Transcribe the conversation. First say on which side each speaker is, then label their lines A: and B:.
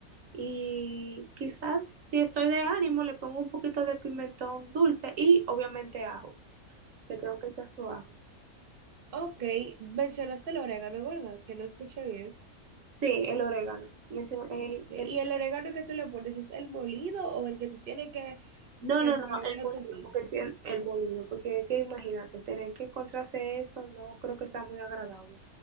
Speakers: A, on the right; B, on the right.
A: y quizás si estoy de ánimo le pongo un poquito de pimentón dulce y obviamente ajo. Le tengo que echar su ajo.
B: Ok, mencionaste el orégano, ¿verdad? Que no escuché bien.
A: Sí, el orégano. Mencio- el,
B: Ok, ¿Y
A: el-
B: el orégano que tú le pones es el molido o el que tú tienes que,
A: no,
B: que
A: no,
B: molerlo
A: no, el molido,
B: tú mismo?
A: porque el, el molido, porque es que imagínate, tener que encontrarse eso no creo que sea muy agradable.